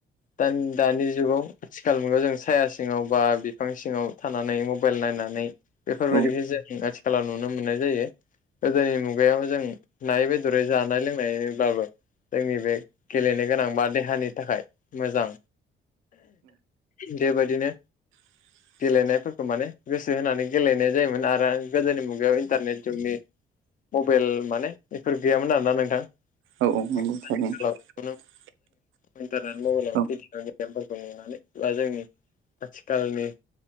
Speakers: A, on the left (about 40°); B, on the right (about 80°).
A: दा दानि जुगाव आथिखाल मुगायाव जों साया सिङाव बा बिफां सिङाव थानानै मबाइल नायनानै बेफोरबायदिखौ
B: औ
A: जों आथिखालाव नुनो मोननाय जायो। गोदोनि मुगायाव जों नायै बेदरै जानाय लोंनायनिब्लाबो जोंनि बे गेलेनो गोनां बा देहानि थाखाय मोजां बेबायदिनो
B: <inaudible>
A: गेलेनायफोरखौ माने गोसो होनानै गेलेनाय जायोमोन आरो गोदोनि मुगायाव इन्टारनेट जुगनि मबाइल माने गफोर गैयामोन आरोना नोंथां
B: औ औ नंगौ
A: <unintelligible>
B: थारैनो <inaudible>
A: गन्टारनेट मबाइलाव
B: औ
A: भिडिअ गेमफोरखौ नुनानै बा जोंनि आथिखालनि